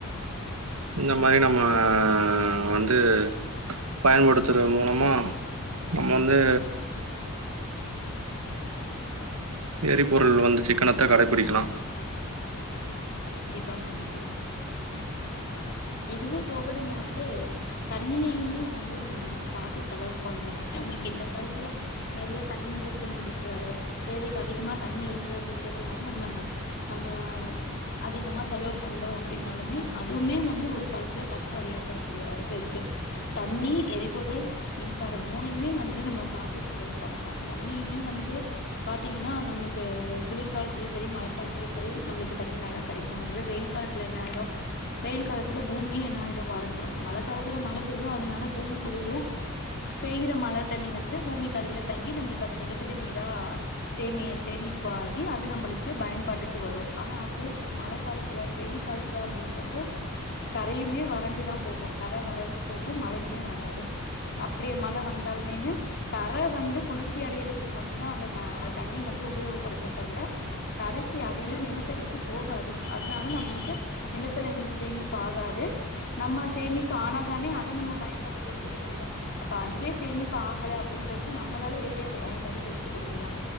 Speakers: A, on the right; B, on the left.
A: இந்த மாரி நம்ம ஆ வந்து பயன்படுத்துறது மூலமா நம்ம வந்து எரிபொருள் வந்து சிக்கனத்த கடைபிடிக்கலா
B: கண்டிப்பா கண்டிப்பா இதுவூ போக நம்ம வந்து தண்ணியையுமே வந்து நம்ம பாத்து செலவு பண்ணணூ நம்மளுக்கு இந்த காலத்துல நறைய தண்ணி இருக்கு நம்மளுக்கு தேவைக்கு அதிகமா தண்ணி இருக்கு அப்டின்றதுனால நம்ம நம்ம அதிகமா செலவு பண்றோம அப்டின்னாலுமே அதுவுமே வந் ந்து ஒரு காலத்துல தட்டுப்பாடு ஏற்படக்கூடிய வாய்ப்பு இருக்கு. தண்ணி, எரிபொருள், மின்சாரம், மூனையுமே வந்து நம்ம பாத்து செலவு பண்ணணூ தண்ணியுமே வந்து பாத்தீங்னா நம்ளுக்கு குளிர்காலத்திலயூ செரி மழ காலத்திலயூ செரி நம்ளுக்கு தண்ணி நல்லா கெடைக்கூ அதுவே வெயில் காலத்துல என்னாயிடூ வெயில் காலத் காலத்துல பூமியே என்னாயிடும் வறண்ட்ரூ மழ காலத்துல மழ பெய்யூ அத்னால பூமி குளிரூ பெய்யிற மழ தண்ணி வந்து பூமிக் கடியில தங்கி நம்ளுக்கு அது நிலத்தடி நீரா சேமி சேமிப்பு ஆகி அது நம்மளுக்கு பயன்பாட்டுக்கு வரூ ஆனா அதுவே மழ காலத்துல வெயில் காலத்துல அப்டின்றப்போ தரையுமே வறண்டுதா போகூ தர வறண்டு போகூ மழையுமே வராது அப்படியே மழை வந்தாலுமேன்னு தர வந்து குளிர்ச்சி அடையறதுக்கு மட்டுந்தா அந்த த அந்த தண்ணி வந்து உபயோகப்படுமே தவிர தரைக்கு அடியில நிலத்தடிக்கு போகாது அதனால நம்ளுக்கு நிலத்தடி நீர் சேமி பாகாது நம்ம சேமிப்பு ஆனாதான அத நம்ம பயன்பாட்டுக்கு எடுத்துக்க முடியூ அப்ப அதுவே சேமிப்பு ஆகல அப்படின்றச்ச நம்மளால எப்டி அத பயன்பாட்டுக்கு எடுத்துக்க முடியூ